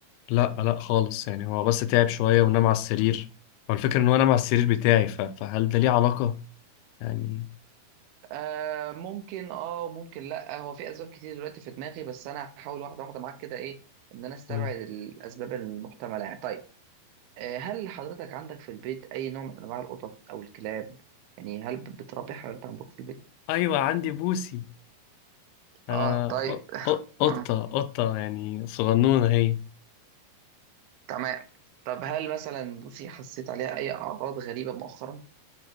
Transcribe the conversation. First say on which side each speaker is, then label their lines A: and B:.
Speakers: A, on the left; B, on the right.
A: لا لا خالص يعني هو بس تعب شوية ونام
B: امم
A: على السرير هو الفكرة ان هو نام على السرير بتاعي ف... فهل ده ليه علاقة يعني
B: آه ممكن اه وممكن لا هو في أسباب كتير دلوقتي في دماغي بس أنا هحاول واحدة واحدة معاك كده إيه إن أنا أستبعد
A: مم.
B: الأسباب المحتملة يعني طيب آه، هل حضرتك عندك في البيت أي نوع من أنواع القطط أو الكلاب يعني هل بتربي حيوانات عندكم في البيت؟
A: ايوه عندي بوسي انا
B: اه طيب
A: ق-
B: <laughs>
A: ق- قطة
B: آه.
A: قطة يعني صغنونة هي
B: تمام طب هل مثلا بوسي حسيت عليها اي اعراض غريبة مؤخرا؟